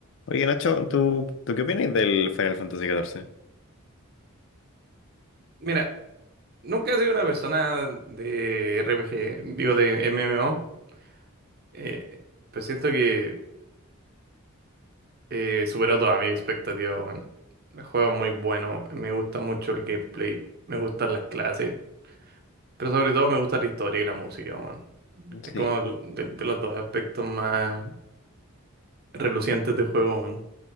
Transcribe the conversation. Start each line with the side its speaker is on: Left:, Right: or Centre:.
Left: Oye, Nacho, ¿tú, tú qué opinas del Final Fantasy catorce?
Right: Mira, nunca he sido una persona de RPG, digo de MMO, eh, pero siento que eh, superó todas mis expectativas, bueno. El juego es muy bueno, me gusta mucho el gameplay, me gustan las clases, pero sobre todo me gusta la historia y la música, bueno. Es
Left: Sí,
Right: como el- de, de los dos aspectos más relucientes del juego, bueno.